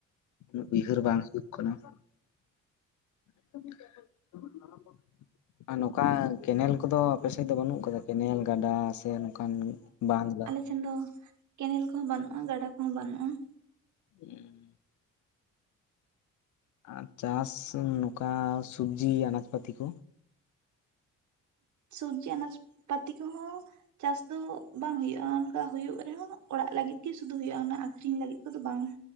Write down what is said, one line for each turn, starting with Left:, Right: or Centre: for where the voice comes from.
Left: ᱩᱱᱟᱹᱜ ᱩᱭᱦᱟᱹᱨ ᱵᱟᱝ ᱦᱩᱭᱩᱜ ᱠᱟᱱᱟ ᱾ <unintelligible> ᱟᱨ ᱱᱚᱝᱠᱟ ᱠᱮᱱᱮᱞ ᱠᱚᱫᱚ ᱟᱯᱮᱥᱮᱫ ᱫᱚ ᱵᱟᱹᱱᱩᱜ ᱟᱠᱟᱫᱟ ᱠᱮᱱᱮᱞ ᱜᱟᱰᱟ ᱥᱮ ᱚᱱᱠᱟᱱ ᱵᱟᱸᱫ ᱫᱟ
Right: ᱪᱮᱱ ᱫᱚ ᱠᱮᱱᱮᱞ ᱠᱚᱦᱚᱸ ᱵᱟᱹᱱᱩᱜᱼᱟ ᱜᱟᱰᱟ ᱠᱚᱦᱚᱸ ᱵᱟᱹᱱᱩᱜᱼᱟ ᱾
Left: ᱦᱮᱸ ᱟᱨ ᱪᱟᱥ ᱱᱚᱝᱠᱟ ᱥᱚᱵᱡᱤ ᱟᱱᱟᱡ ᱯᱟᱹᱛᱤ ᱠᱚ
Right: ᱥᱚᱵᱡᱤ ᱟᱱᱟᱡᱽ ᱯᱟᱛᱤ ᱠᱚᱦᱚᱸ ᱪᱟᱥ ᱫᱚ ᱵᱟᱝ ᱦᱩᱭᱩᱜᱼᱟ ᱚᱱᱠᱟ ᱦᱩᱭᱩᱜ ᱨᱮᱦᱚᱸ ᱚᱲᱟᱜ ᱞᱟᱹᱜᱤᱫ ᱜᱮ ᱥᱩᱫᱷᱩ ᱦᱩᱭᱩᱜᱼᱟ ᱚᱱᱟ ᱟᱠᱷᱨᱤᱧ ᱞᱟᱹᱜᱤᱫ ᱠᱚᱫᱚ ᱵᱟᱝ ᱾